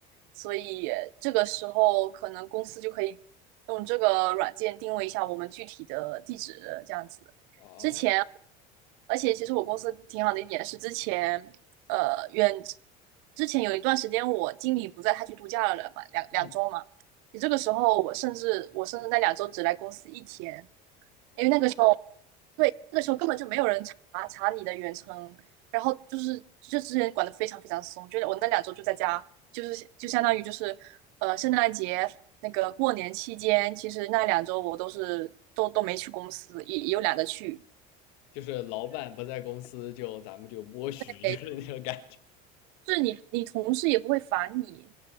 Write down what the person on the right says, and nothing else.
所以这个时候可能公司就可以用这个软件定位一下我们具体的地址，这样子。
之前，而且其实我公司挺好的一点是，之前呃远之前有一段时间我经理不在，他去度假了嘛，两两周嘛。
你这个时候我甚至我甚至那两周只来公司一天，因为那个时候。对，那个时候根本就没有人查查你的远程，然后就是就之前管得非常非常松，就是我那两周就在家，就是就相当于就是呃圣诞节那个过年期间，其实那两周我都是都都没去公司，也也有懒得去。
对，
就是你你同事也不会烦你，